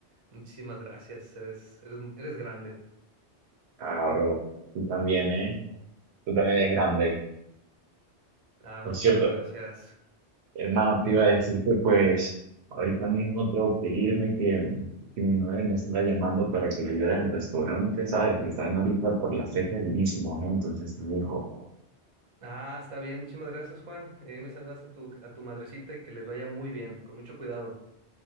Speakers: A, on the right (about 35°); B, on the right (about 70°).
A: Muchísimas gracias. Eres, eres, eres grande.
B: Ah, bro, tú también, ¿eh? Tú también eres grande.
A: Ah,
B: Por
A: muchísimas
B: cierto,
A: gracias.
B: hermano, te
A: Dime.
B: iba a decir que pues ahorita mismo tengo que irme, que, que mi madre me está llamando para que le ayude en el restaurante, ¿sabes? Que están ahorita por las fechas llenísimos, ¿eh? Entonces te dijo,
A: Ah, está bien. Muchísimas gracias, Juan. Eh, me saludas a tu, a tu madrecita y que les vaya muy bien, con mucho cuidado.